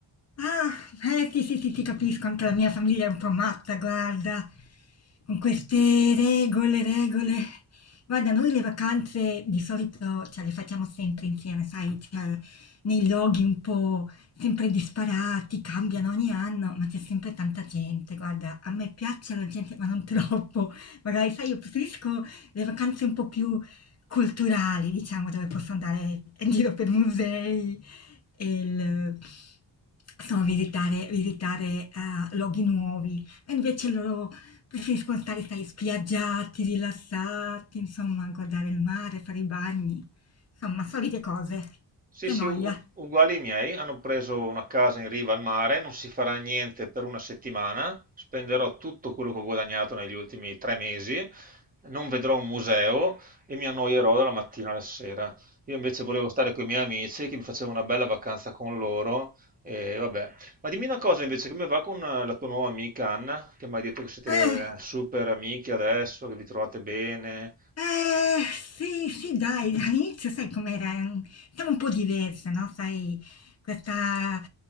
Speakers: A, on the left; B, on the right.
A: Ah, eh, sì, sì, sì, ti capisco, anche la mia famiglia è un po' matta, guarda, con queste regole, regole. Guarda, noi le vacanze di solito cioè, le facciamo sempre insieme, sai, cioè, nei luoghi un po' sempre disparati, cambiano ogni anno, ma c'è sempre tanta gente. Guarda, a me piace la gente, ma non troppo. Magari, sai, io preferisco le vacanze un po' più culturali, diciamo, dove posso andare in giro per musei, e il, insomma, visitare, visitare eh, luoghi nuovi. E invece loro preferiscono stare, sai, spiaggiati, rilassati, insomma, guardare il mare, fare i bagni, insomma, solite cose.
B: Sì,
A: Che
B: sì,
A: noia.
B: u- uguali ai miei, hanno preso una casa in riva al mare, non si farà niente per una settimana, spenderò tutto quello che ho guadagnato negli ultimi tre mesi, non vedrò un museo e mi annoierò dalla mattina alla sera. Io invece volevo stare con i miei amici, che mi facevo una bella vacanza con loro e vabbè. Ma dimmi una cosa invece, come va con eh, la tua nuova amica Anna, che mi hai detto che siete
A: Eh.
B: eh, super amiche adesso, che vi trovate bene?
A: Eh, sì, sì, dai, all'inizio sai com'era? Stavo un po' diversa, no? Sai, questa